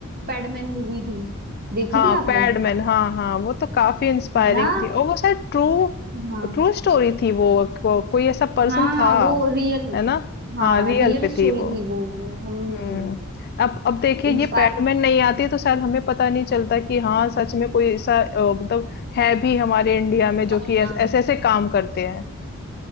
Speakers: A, on the right (about 45°); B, on the left (about 45°).
A: पैडमैन मूवी थी देखी
B: हाँ
A: थी आपने
B: पैडमैन हाँ हाँ वो तो काफी इंस्पायरिंग
A: है ना
B: थी और वो शायद ट्रू
A: हाँ
B: ट्रू स्टोरी थी वो को, कोई ऐसा पर्सन
A: हाँ
B: था
A: वो रियल
B: है ना
A: हाँ
B: हाँ रियल
A: रियल
B: पे
A: स्टोरी
B: थी वो
A: थी वो वो हम
B: हम्म अब अब देखिए ये
A: इंस्पायर
B: पैडमैन नहीं आती तो शायद हमें पता नहीं चलता कि हाँ सच में कोई ऐसा अ, मतलब है भी हमारे इंडिया में जो
A: वही
B: कि
A: ना
B: ऐस- ऐसे ऐसे काम करते हैं